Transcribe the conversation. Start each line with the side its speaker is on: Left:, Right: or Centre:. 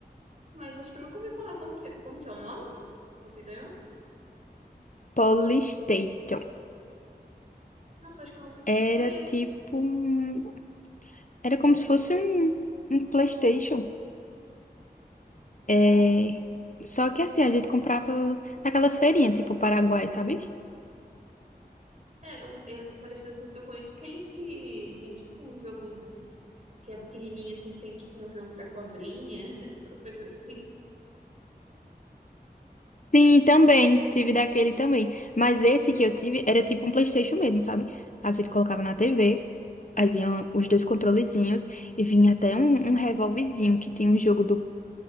Right: Mas acho que eu nunca ouvi falar como que, como que é o nome? Você ganhou?
Left: Polystation.
Right: Nossa, acho que eu não
Left: Era
Right: não conheço.
Left: tipo. um- Era como se fosse um, um PlayStation.
Right: Nossa.
Left: É... Só que assim, a gente comprava naquelas feirinhas, tipo Paraguai, sabe?
Right: É, um, é, um parecido assim que eu conheço aqueles que tem tipo um jogo. que é pequenininho, assim, que tem tipo um jogo da cobrinha, <laughs> as coisas assim.
Left: Sim, também. Tive daquele também. Mas esse que eu tive era tipo um PlayStation mesmo, sabe? A gente colocava na TV, aí vinham os dois controlezinhos e vinha até um, um revolvezinho que tinha um jogo do